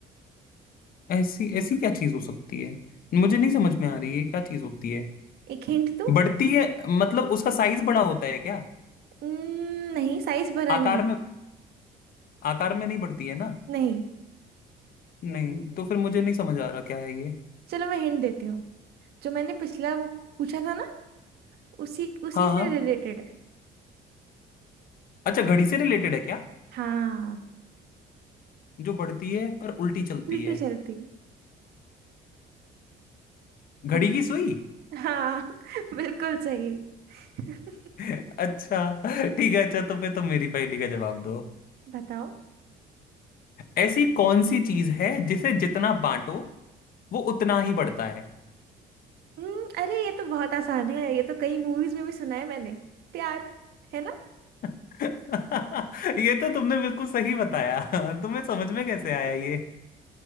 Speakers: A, on the left; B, on the right.
A: ऐसी ऐसी क्या चीज हो सकती है मुझे नहीं समझ में आ रही है क्या चीज होती है
B: एक हिंट दो
A: बढ़ती है मतलब उसका साइज बड़ा होता है क्या
B: न- नहीं साइज भरा
A: आकार
B: नहीं है
A: में आकार में नहीं बढ़ती है ना
B: नहीं
A: नहीं तो फिर मुझे नहीं समझ आ रहा क्या है ये
B: चलो मैं हिंट देती हूँ जो मैंने पिछला वो पूछा था ना उसी उसी
A: हाँ हाँ
B: से रिलेटेड है
A: अच्छा घड़ी से रिलेटेड है क्या
B: हाँ
A: जो बढ़ती है पर उल्टी चलती
B: उल्टी
A: है
B: चलती
A: घड़ी
B: हम्म,
A: की सुई
B: हाँ <laughs> बिल्कुल सही <laughs>
A: <laughs> अच्छा ठीक है अच्छा तो फिर तुम मेरी पहेली का जवाब दो
B: बताओ
A: ऐसी कौन सी चीज है जिसे जितना बांटो वो उतना ही बढ़ता है
B: हम्म, अरे ये तो बहुत आसान है ये तो कई मूवीज में भी सुना है मैंने प्यार है ना
A: <laughs> ये तो तुमने बिल्कुल सही बताया <laughs> तुम्हें समझ में कैसे आया
B: <laughs>
A: ये